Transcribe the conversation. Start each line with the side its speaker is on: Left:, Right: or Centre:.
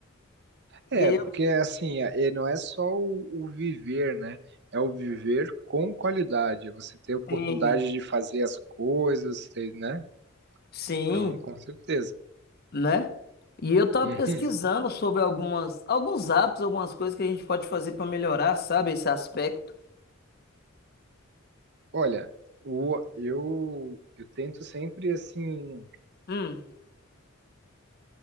Right: É,
Left: E aí
Right: porque
Left: eu
Right: assim, é- não é só o, o viver, né? É o viver com qualidade. é Você ter oportunidade
Left: tenho,
Right: de fazer as coisas, ter, né?
Left: sim,
Right: Então, com certeza.
Left: né? E eu tava
Right: Uhum.
Left: pesquisando sobre algumas, alguns apps, algumas coisas que a gente pode fazer pra melhorar, sabe, esse aspecto.
Right: Olha, o, eu, eu tento sempre, assim,
Left: Hum,